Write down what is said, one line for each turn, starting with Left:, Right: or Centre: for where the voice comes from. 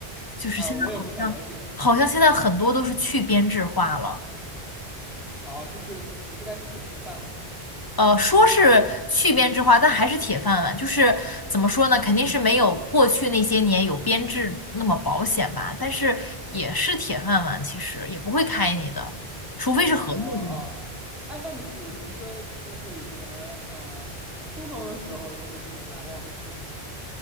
Left: 就是现在好像好像现在很多都是去编制化了。
Centre: 呃，我也不太了解。哦，就是不再是铁饭碗了。
Left: 呃，说是去编制化，但还是铁饭碗。就是怎么说呢，肯定是没有过去那些年有编制那么保险吧，但是也是铁饭碗，其实也不会开你的，除非是合同工。
Centre: 哦哦，哦，哎，那你比如说，就是以前呃初中的时候，你有什么难忘的事吗？